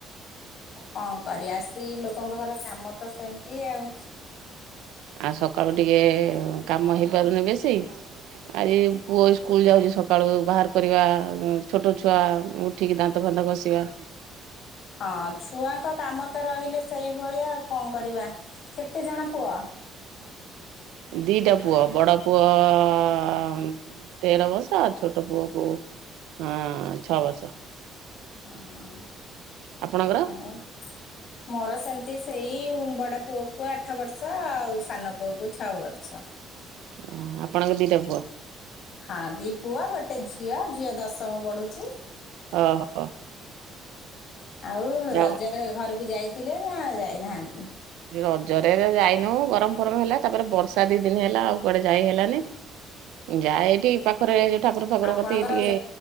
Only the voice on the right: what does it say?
ଆଉ ସକାଳୁ ଟିକେ କାମ ହେଇପାରୁନି ବେଶୀ ଆଜି ପୁଅ ସ୍କୁଲ ଯାଉଛି ସକାଳୁ ବାହାର କରିବା ଛୋଟ ଛୁଆ ଉଠ୍ ଉଠିକି ଦାନ୍ତ ଫାନ୍ତ ଘସିବା।
ଦିଟା ପୁଅ ବଡ଼ ପୁଅ ଆମ୍ ତେର ବର୍ଷ ଆଉ ଛୋଟ ପୁଅ କୁ ଆଁ ଛଅ ବର୍ଷ।
ଆପଣଙ୍କର
ଅ ଆପଣଙ୍କ ଦିଇଟା ପୁଅ।
ଓହୋ
ଯାଉ
ରଜରେ ଏରା ଯାଇନୁ ଗରମ ଫରମ ହେଲା ତାପରେ ବର୍ଷା ଦି ଦିନ ହେଲା ଆଉ କୁଆଡେ ଯାଇ ହେଲାନି। ଯାଏ ଏଇଠି ପାଖରେ ଠାକୁର ଫାକୁର
କତିକି ଟିକେ।